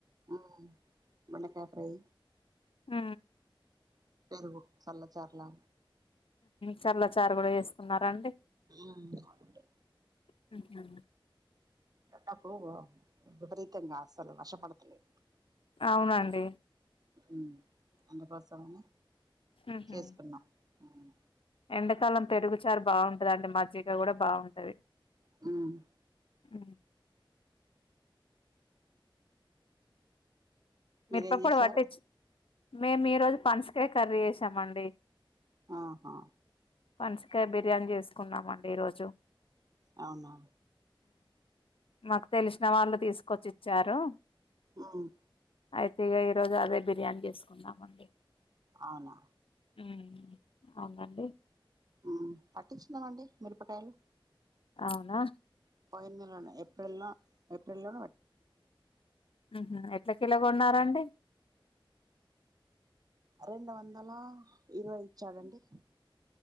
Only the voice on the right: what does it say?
ఉహ్ బెండకాయ్ ఫ్రై
పెరుగు చల్ల చర్లా
ఆ అవునండి
అట్టప్పు విపరీతంగా అసలు వషపడతులే
ఉ అన్న ప్రస్తావన
చేసుకున్నా అవును
హుమ్
మీరేం
చేశారు
ఆహా
అవునా
ఉమ్
అవునా
మ్మ్ పట్టిచనం అండి మిరపకాయలు
పైందిలనే ఎప్పుడలా ఏప్రిల్ లో
రెండు వందల ఇరవై ఇచ్చాడంండి